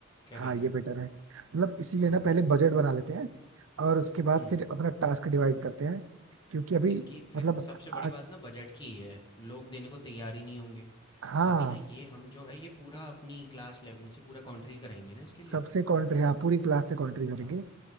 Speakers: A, on the left; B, on the right.
A: क्या
B: हाँ
A: कहता
B: ये
A: है?
B: बेटर है मतलब इसीलिए
A: हाँ।
B: ना पहले बजट बना लेते हैं और उसके बाद
A: हुँ,
B: फिर अपना टास्क डिवाइड करते हैं क्योंकि अभी
A: क्योंकि फिर
B: मतलब
A: सबसे बड़ी
B: आज
A: बात ना बजट की ही है। लोग देने को तैयार ही नहीं होंगे।
B: हाँ
A: अभी ना ये हम जो है ये पूरा अपनी क्लास 11 से पूरा कॉन्ट्री कराएँगे ना इसके लिए।
B: सबसे कॉन्ट्री हाँ पूरी क्लास से कॉन्ट्री करेंगे
A: हाँ,